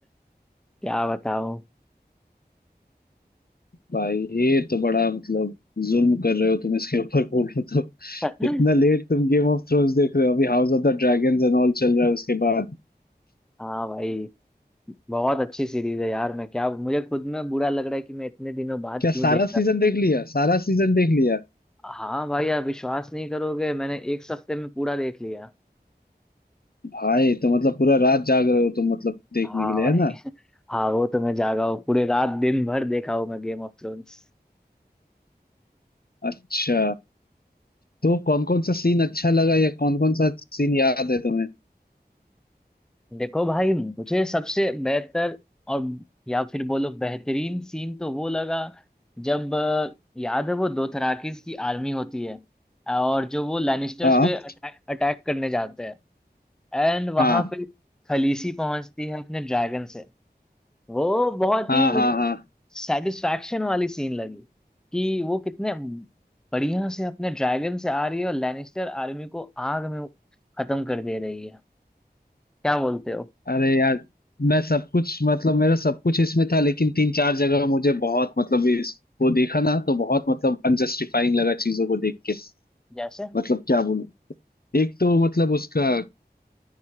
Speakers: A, in the centre; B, on the left.
A: क्या बताऊँ
B: भाई ये तो बड़ा मतलब जुल्म कर रहे हो तुम इसके ऊपर बोलो तो
A: <laughs>
B: इतना लेट तुम गेम ऑफ थ्रोन्स देख रहे हो अभी House of the Dragons and all चल रहा है उसके बाद
A: हाँ भाई बहुत अच्छी सीरीज है यार मैं क्या मुझे खुद में बुरा लग रहा है कि मैं इतने दिनों बाद
B: क्या
A: क्यों
B: सारा
A: देख रहा
B: सीजन
A: हूँ
B: देख लिया सारा सीजन देख लिया
A: हाँ भाई आप विश्वास नहीं करोगे मैंने एक हफ्ते में पूरा देख लिया
B: भाई तो मतलब पूरा रात जाग रहे हो तुम मतलब देखने
A: हाँ
B: के लिए
A: भाई
B: है ना
A: <laughs> हाँ वो तो मैं जागा हूँ पूरे रात दिन भर देखा हूँ मैं गेम ऑफ थ्रोन्स
B: अच्छा तो कौन कौन सा सीन अच्छा लगा या कौन कौन सा सीन याद है तुम्हें
A: देखो भाई मुझे सबसे बेहतर और या फिर बोलो बेहतरीन सीन तो वो लगा जब अ, याद है वो दोथराकिस की आर्मी होती है और जो वो लैनिस्टर्स
B: हाँ
A: पे अटैक अटैक करने जाते हैं एंड वहां
B: हाँ
A: पे खलीसी पहुंचती है अपने ड्रैगन से वो बहुत
B: हाँ
A: ही मुझे
B: हाँ हाँ
A: सेटिस्फैक्शन वाली सीन लगी कि वो कितने बढ़िया से अपने ड्रैगन से आ रही है और लैनिस्टर आर्मी को आग में खत्म कर दे रही है क्या बोलते हो
B: अरे यार मैं सब कुछ मतलब मेरा सब कुछ इसमें था लेकिन तीन चार जगह मुझे बहुत मतलब इसको देखा ना तो बहुत मतलब अनजस्टिफाइंग लगा चीजों को देख के
A: जैसे
B: मतलब क्या बोलूं एक तो मतलब उसका